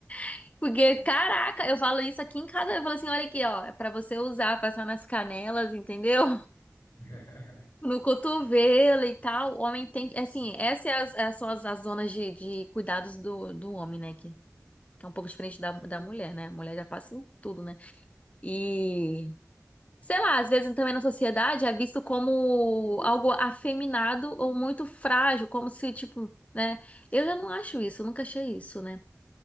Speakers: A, on the left; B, on the left.
A: <laughs> Porque,
B: Sim.
A: caraca, eu falo isso aqui em casa, eu falo assim, olha aqui, ó, é pra você usar, passar nas canelas, entendeu?
B: <laughs>
A: No cotovelo e tal, o homem tem que. Assim,
B: Sim.
A: essas é as- é- são as, as zonas de, de cuidados do, do homem, né? Que, que é um pouco diferente da,
B: É.
A: da
B: né?
A: mulher, né? A mulher já passa em tudo, né? E. Sei lá, às vezes também na sociedade é visto como algo afeminado ou muito frágil, como se, tipo, né? Eu já não acho isso, eu nunca achei isso, né?